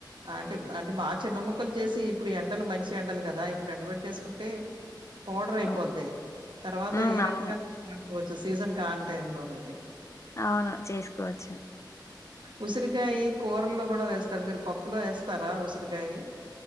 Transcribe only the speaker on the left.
ఓ,
ఉమ్,
అవును
అవును చేసుకోవచ్చు